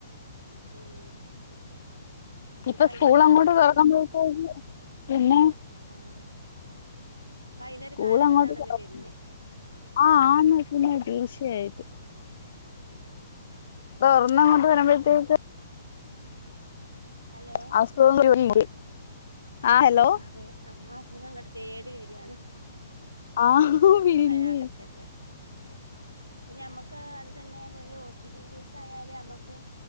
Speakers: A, on the right; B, on the left.
A: ഉം ഉം
B: ഇപ്പ
A: ഇപ്പൊ അയിന്റെ
B: സ്കൂളങ്ങോട്ട്
A: ഒരു കാലഘട്ടാണല്ലോ
B: തൊറക്കുമ്പഴത്തേക്ക്
A: വര്
B: പിന്നെ.
A: ആഹ് ഇപ്പൊ അയിന്റെ
B: സ്കൂളങ്ങോട്ട്
A: ഒരു കാലഘട്ടാണല്ലോ
B: തൊറക്കുമ്പം
A: വരുന്നേ
B: ആഹ് ആന്ന് പിന്നെ തീർച്ചയായിട്ടും. ഇപ്പം തൊറന്നങ്ങോട്ട് വെരമ്പഴ്ത്തേക്ക്.
A: ഹലോ
B: <unintelligible> ആ
A: ആഹ്,
B: ഹലോ
A: അതെ നമ്മെള അസുഖം അങ്ങോട്ട് തേടി വെരികാണ്.
B: ആ
A: അസുഖം
B: പിന്നില്ലേ
A: വരാതെ നിക്കട്ടെ പിന്നെ നമ്മെക്ക് അത് തന്നെ ഒരു ഹോസ്പിറ്റൽ കേസായാല് നമ്മെക്ക്.